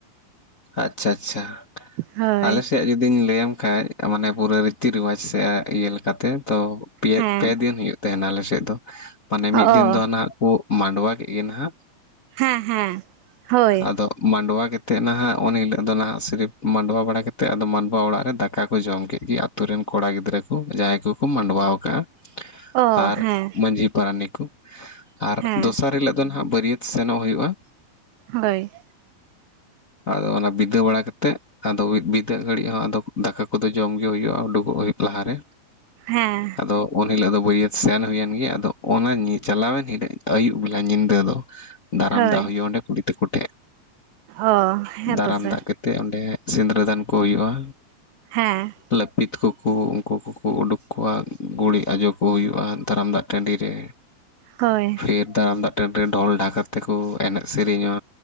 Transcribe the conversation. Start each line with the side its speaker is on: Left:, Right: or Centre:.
Left: ᱟᱪᱪᱷᱟ ᱟᱪᱪᱷᱟ,
Right: ᱦᱳᱭ
Left: ᱟᱞᱮᱥᱮᱭᱟᱜ ᱡᱩ ᱡᱩᱫᱤᱧ ᱞᱟᱹᱭᱟᱢ ᱠᱷᱟᱡ ᱢᱟᱱᱮ ᱯᱩᱨᱟᱹ ᱨᱤᱛᱤ ᱨᱮᱣᱟᱡᱽ ᱥᱮ ᱤᱭᱟᱹ ᱞᱮᱠ ᱠᱟᱛᱮ ᱛᱚ ᱯᱮ
Right: ᱦᱮᱸ
Left: ᱯᱮ ᱫᱤᱱ ᱦᱩᱭᱩᱜ ᱛᱟᱦᱮᱸᱱᱟ ᱟᱞᱮ ᱥᱮᱜ ᱫᱚ, ᱢᱟᱱᱮ
Right: ᱚ
Left: ᱢᱤᱫ ᱫᱤᱱ ᱫᱚ ᱚᱱᱟ ᱠᱩᱜ ᱢᱟᱸᱰᱣᱟ ᱠᱮᱫ ᱜᱮ ᱱᱟᱦᱜ,
Right: ᱦᱮᱸ ᱦᱮᱸ ᱦᱳᱭ
Left: ᱟᱫᱚ ᱢᱟᱰᱣᱟ ᱠᱮᱛᱮᱫ ᱱᱟᱦᱟᱜ ᱚᱱ ᱦᱤᱞᱳᱜ ᱫᱚ ᱱᱟᱦᱜ ᱥᱤᱨᱤᱯ ᱢᱟᱰᱣᱟ ᱵᱟᱲᱟ ᱠᱟᱛᱮ ᱟᱫᱚ ᱢᱟᱰᱣᱟ ᱚᱲᱟᱜ ᱨᱮ ᱫᱟᱠᱟ ᱠᱚ ᱡᱚᱢ ᱠᱮᱫ ᱜᱮ ᱛᱩ ᱨᱮᱱ ᱠᱚᱲᱟ ᱜᱤᱫᱽᱨᱟᱹ ᱠᱩ ᱡᱟᱦᱟᱸᱭ ᱠᱚᱠᱚ ᱢᱟᱰᱣᱟᱣ ᱠᱟᱜ-ᱟ᱾
Right: ᱚ
Left: ᱟᱨ
Right: ᱦᱮᱸ
Left: ᱢᱟᱹᱡᱷᱤ ᱯᱟᱨᱟᱱᱤ ᱠᱩ᱾ ᱟᱨ
Right: ᱦᱮᱸ
Left: ᱫᱚᱥᱟᱨ ᱦᱤᱞᱳᱜ ᱫᱚ ᱱᱟᱦᱜ ᱵᱟᱹᱨᱭᱟᱹᱛ ᱥᱮᱱᱚᱜ ᱦᱩᱭᱩᱜ-ᱟ᱾
Right: ᱦᱳᱭ
Left: ᱟᱫᱚ ᱚᱱᱟ ᱵᱤᱫᱟᱹ ᱵᱟᱲᱟ ᱠᱟᱛᱮᱜ ᱟᱫᱚ ᱵᱤᱫᱟᱹ ᱜᱷᱟᱹᱲᱤᱡ ᱦᱚᱸ ᱟᱫᱚ ᱫᱟᱠᱟ ᱠᱚᱫᱚ ᱡᱚᱢ ᱜᱮ ᱦᱩᱭᱩᱜ-ᱟ ᱩᱰᱩᱠᱚᱜ ᱦᱩᱭᱩᱜ ᱞᱟᱦᱟᱨᱮ,
Right: ᱦᱮᱸ
Left: ᱟᱫᱚ ᱩᱱ ᱦᱤᱞᱳᱜ ᱫᱚ ᱵᱟᱹᱭᱟᱹᱛ ᱥᱮᱱ ᱦᱩᱭᱮᱱ ᱜᱮ, ᱟᱫᱚ ᱚᱱᱟ ᱪᱟᱞᱟᱣᱮᱱ ᱦᱤᱞᱟᱹᱜ ᱟᱹᱭᱩᱵ ᱵᱮᱞᱟ ᱧᱤᱫᱟᱹ ᱫᱚ ᱫᱟᱨᱟᱢ
Right: ᱦᱳᱭ
Left: ᱫᱟᱜ ᱦᱩᱭᱩᱜ-ᱟ ᱚᱸᱰᱮ ᱠᱩᱲᱤ ᱛᱟᱠᱚ ᱴᱷᱮᱡ,
Right: ᱚ ᱦᱮᱸ
Left: ᱫᱟᱨᱟᱢ
Right: ᱛᱚ ᱥᱮ
Left: ᱫᱟᱜ ᱠᱟ ᱛᱮᱜ ᱚᱸᱰᱮ ᱥᱤᱫᱽᱨᱟᱹ ᱫᱟᱱ ᱠᱚ ᱦᱩᱭᱩᱜ-ᱟ᱾
Right: ᱦᱮᱸ
Left: ᱞᱟᱹᱯᱤᱛ ᱠᱚᱠᱩ ᱩᱱᱠᱩ ᱠᱩᱠᱩ ᱩᱰᱩᱠ ᱠᱚᱣᱟ ᱜᱩᱲᱤᱡ ᱟᱡᱚᱜ ᱠᱚ ᱦᱩᱭᱩᱜ-ᱟ ᱫᱟᱨᱟᱢ ᱫᱟᱜ ᱴᱟᱺᱰᱤᱨ ᱨᱮ᱾
Right: ᱦᱳᱭ
Left: ᱵᱤᱨ ᱫᱟᱨᱟᱢ ᱫᱟᱜ ᱴᱟᱺᱰᱤ ᱨᱮ ᱰᱷᱚᱞ ᱰᱷᱟᱠᱟᱛ ᱛᱮᱠᱚ ᱮᱱᱮᱡ ᱥᱮᱨᱮᱧᱟ,